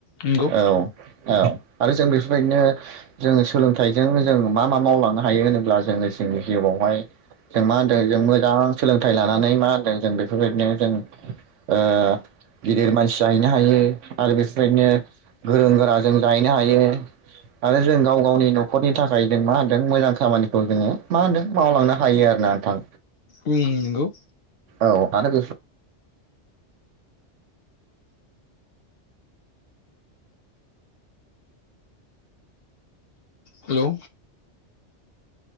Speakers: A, on the left; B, on the right.
A: नंगौ
B: औ औ आरो जों बेफोरबायदिनो जों सोलोंथाइजों जों मा मा मावलांनो हायो होनोब्ला जोङो जोंनि जिउआवहाय जों मा होनदों जों मोजां सोलोंथाइ लानानै मा होनदों जों बेफोरबायदिनो जों ओ गिदिर मानसि जाहैनो हायो। आरो बिसबायदिनो गोरों गोरा जों जाहैनो हायो आरो जों गाव गावनि न'खरनि। थाखाय जों मा होनदों मोजां खामानिखौ जोङो मा होनदों मावलांनो हायो आर ना नोंथां।
A: उम नोंगौ।
B: औ आरो बेफ
A: हेलौ।